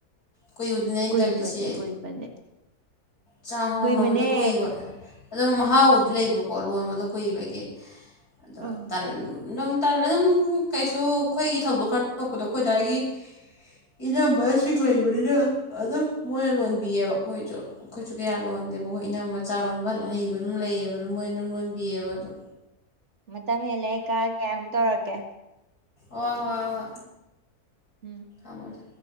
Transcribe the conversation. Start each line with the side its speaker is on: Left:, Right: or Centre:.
Left: ꯀꯨꯏꯕꯗꯨꯅꯦ ꯑꯩꯅ
Right: ꯀꯨꯏꯕꯅꯦ
Left: ꯇꯜꯂꯤꯁꯦ
Right: ꯀꯨꯏꯕꯅꯦ
Left: ꯆꯥꯁꯒꯣꯝ
Right: ꯀꯨꯏꯕꯅꯦ
Left: ꯂꯣꯟꯕꯗꯣ ꯀꯨꯏꯕ ꯑꯗꯨꯝ ꯃꯍꯥꯎꯕꯨꯗꯤ ꯂꯩꯕꯀꯣ ꯂꯣꯟꯕꯗꯣ ꯀꯨꯏꯕꯒꯤ ꯑꯗꯣ
Right: ꯎꯝ
Left: ꯇꯜ ꯑꯗꯨꯝ ꯇꯜ ꯑꯗꯨꯝ ꯀꯩꯁꯨ ꯑꯩꯈꯣꯏꯒꯤ ꯊꯧꯗꯣꯛ ꯈꯔ ꯊꯣꯛꯄꯗꯣ ꯈꯣꯏꯗ꯭ꯋꯥꯢꯒꯤ ꯏꯅꯝꯕꯁꯤꯡ ꯂꯩꯕꯅꯤꯅ ꯑꯗꯨꯝ ꯃꯣꯏꯅ ꯂꯣꯟꯕꯤꯌꯦꯕ ꯑꯩꯈꯣꯏꯁꯨ ꯑꯩꯈꯣꯏꯁꯨ ꯀꯌꯥ ꯂꯣꯟꯗꯦꯕ ꯑꯩꯈꯣꯏ ꯏꯅꯝꯕ ꯆꯥꯔꯣꯟꯕ ꯍꯩꯕ ꯑꯗꯨꯝ ꯂꯩꯌꯦꯕ ꯑꯗꯨꯝ ꯃꯣꯏꯅ ꯑꯗꯨꯝ ꯂꯣꯟꯕꯤꯌꯦꯕ ꯑꯗꯨꯝ
Right: ꯃꯇꯝ ꯍꯦꯜꯂꯦ ꯑꯩ ꯀꯛꯑꯒꯦ ꯑꯃꯨꯛ ꯇꯧꯔꯛꯀꯦ
Left: ꯍꯣꯢ ꯍꯣꯢ ꯍꯣꯢ
Right: ꯎꯝ
Left: ꯑꯃꯗ